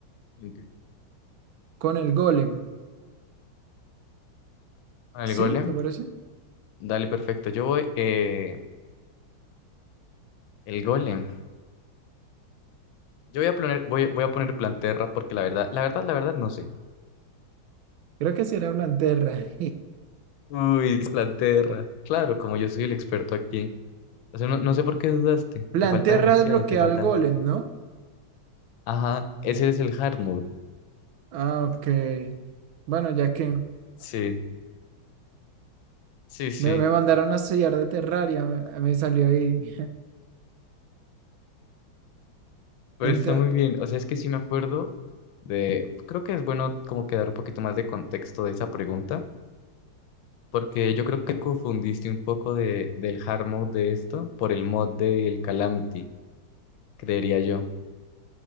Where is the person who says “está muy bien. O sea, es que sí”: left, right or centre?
Left